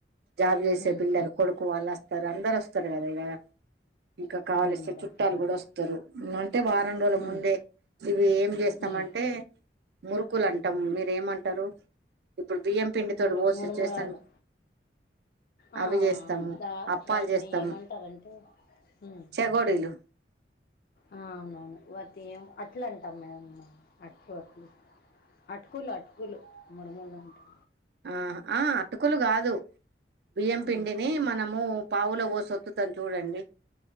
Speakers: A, on the right; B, on the left.
A: జాబ్ చేసే
B: ఉమ్
A: పిల్లలు కొడుకు వాళ్ళు అస్తరు, అందరు అస్తరు కదా ఇగ, ఇంకా కావల్సి
B: అవును మేడం
A: చుట్టాలు గుడ వస్తరు, అంటే వారం రోజుల ముందే
B: ఉమ్
A: ఇవి ఏం చేస్తమంటే,
B: ఉమ్
A: మురుకులు అంటం, మీరేమంటరు? ఇప్పుడు బియ్యం పిండి తోటీ
B: మురు
A: పోసి
B: మురుమురాలు
A: చేస్తాం
B: ఆ
A: అవి చేస్తము,
B: దా
A: అప్పాలు
B: వాటిని
A: చేస్తము.
B: ఏమంటారంటే ఉమ్
A: చెగోడీలు
B: అవునవును వతియం అట్లా అంటాం మేము. అటుకు అట్లు అటుకులు అటుకులు మురుములు అంటం.
A: ఆ ఆ అటుకులు కాదు, బియ్యం పిండిని
B: ఉమ్
A: మనము పావుల పోసి ఒత్తుతం చూడండి.